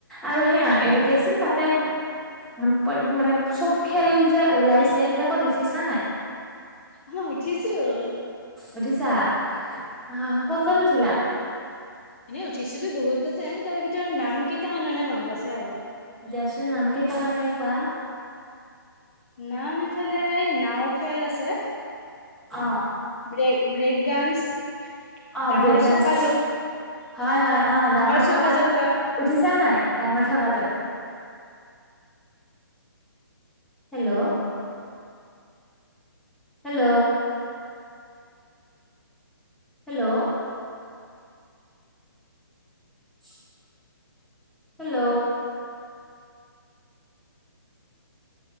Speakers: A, in the centre; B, on the left (about 35°).
A: আৰু সেয়াই এইটো
B: অ
A: কি আছিল তাতে। উম প্ৰত্যেক দিন মানে চব খেল যে ওলাইছে সেইবিলাকত উঠিছা নাই।
B: মই উঠিছোঁ।
A: উঠিছা অহ ক'ত ক'ত উঠিলা।
B: এনেই উঠিছোতো বহুত তাতে তাৰ ভিতৰত নাম কেইটা মানৰহে মনত আছে আও।
A: দিয়াচোন নাম কেইটা মনকে কোৱা।
B: নাম এইফালে, এই নাও খেল আছে।
A: অ,
B: ব্ৰেক, ব্ৰেক ডান্স।
A: অ,
B: ডাঙৰ
A: ব্ৰেকডাস্নটো,
B: চকা জোক
A: হয় হয় অ, ডাঙৰ
B: চকা
A: চকাটো?
B: জোক
A: উঠিছানে নাই, ডাঙৰ চকাটোত? Hello, hello, hello, <inaudible> hello,